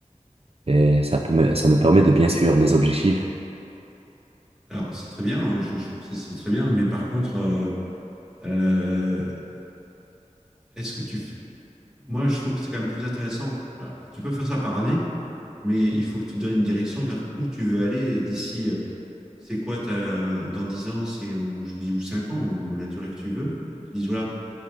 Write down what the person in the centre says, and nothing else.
Alors, c'est très bien, hein, je, je trouve que c'est c'est très bien, mais par contre, euh, euh, est-ce que tu... f- Moi, je trouve que c'est quand même plus intéressant. Alors, tu peux faire ça par année, mais il faut que tu donnes une direction vers où tu veux aller d'ici, euh, c'est quoi ta, dans 10 ans, c'est ou je dis ou 5 ans, ou la durée que tu veux. Tu dis voilà,